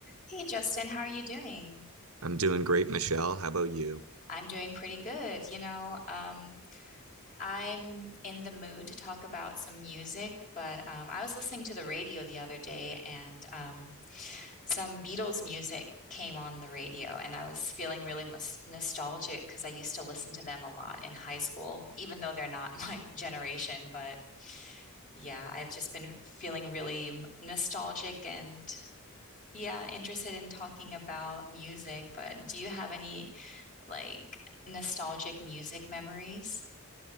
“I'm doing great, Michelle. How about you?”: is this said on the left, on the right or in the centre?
Right